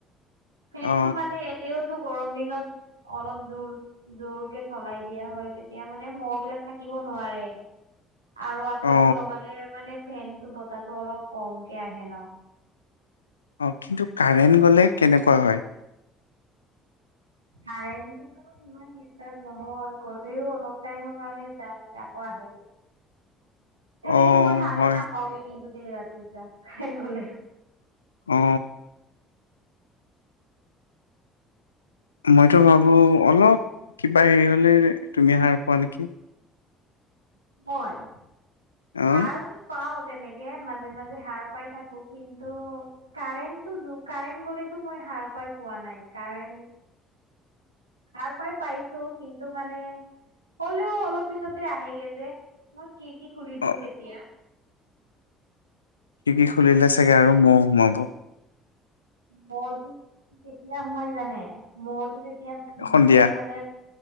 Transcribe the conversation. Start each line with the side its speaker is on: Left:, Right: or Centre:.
Right: ফেনটো
Left: অ
Right: মানে এনেওটো গৰম দিনত অলপ জোৰ জোৰকে চলাই দিয়া হয় তেতিয়া মানে মহ বিলাক থাকিব নোৱাৰে। আৰু আঠুৱাটো
Left: অ
Right: লগালে মানে ফেনটো বতাহটো অলপ কমকে আহে ন
Left: অ কিন্তু কাৰেণ্ট গ'লে কেনেকুৱা হয়?
Right: কাৰেন্ট টোতো ইমান দিচতাপ নহয় গ'লেও অলপ টাইমৰ কাৰণে যায় আকৌ আহে যে। তেনেকে
Left: অ
Right: মই হাৰেই
Left: হয়
Right: নাপাওগে কিন্তু দে ৰাতি যা কাৰেণ্ট গ'লে।
Left: অ মইতো ভাবোঁ অলপ কিবা হেৰি হ'লে তুমি সাৰ পোৱা নেকি?
Right: মই,
Left: অ
Right: সাৰটো পাওঁ তেনেকে মাজে মাজে সাৰ পাই থাকোঁ। কিন্তু কাৰেণ্টটো কাৰেণ্ট গ'লেতো মই হাৰ পাই পোৱা নাই কাৰেণ্ট। সাৰ পাই পাইছোঁ কিন্তু মানে হ'লেও অলপ পিছতে আহেগে যে মই। খিৰকি খুলি দিওঁ
Left: অ
Right: তেতিয়া।
Left: খিৰকি খুলিলে চাগে আৰু মহ সোমাব
Right: মহতো কেতিয়া সোমাই জানে মহ তো যেতিয়া
Left: সন্ধিয়া
Right: ভিতৰত মানে